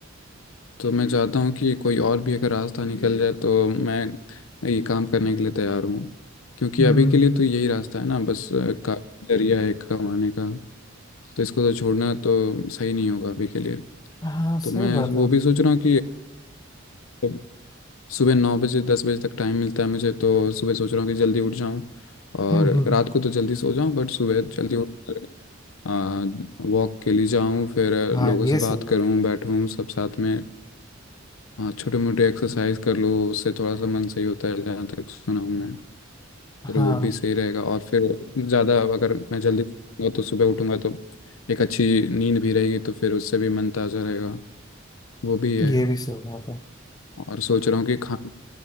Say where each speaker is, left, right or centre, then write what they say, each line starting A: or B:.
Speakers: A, on the left (about 80°); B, on the left (about 20°).
A: तो मैं चाहता हूँ कि कोई और भी अगर रास्ता निकल जाए तो मैं ये काम करने के लिए तैयार हूँ क्योंकि
B: हम्म
A: अभी के लिए तो यही रास्ता है ना बस अ, का जरिया है कमाने का तो इसको तो छोड़ना तो सही नहीं होगा अभी के लिए
B: हाँ
A: तो
B: सही
A: मैं
B: बात
A: वो
B: है
A: भी सोच रहा हूँ कि सुबह नौ बजे दस बजे तक टाइम मिलता है मुझे तो सुबह सोच रहा हूँ कि जल्दी उठ जाऊँ और
B: हम्म हम्म हम्म,
A: रात को तो जल्दी सो जाऊँ बट सुबह जल्दी उठ वॉक के लिए जाऊँ फिर
B: हाँ
A: लोगों
B: ये
A: से
B: सही
A: बात
B: बात
A: करूँ बैठूँ सब साथ में छोटे मोटे एक्सरसाइज कर लूँ उससे थोड़ा सा मन सही होता है जहाँ तक सुना हूँ मैं
B: है।
A: फिर
B: हाँ
A: वो भी सही रहेगा और फिर ज़्यादा अगर मैं जल्दी सोऊंगा तो सुबह उठूँगा तो एक अच्छी नींद भी रहेगी तो फिर उससे भी मन ताज़ा रहेगा वो भी है
B: ये भी सही बात है
A: और सोच रहा हूँ कि खा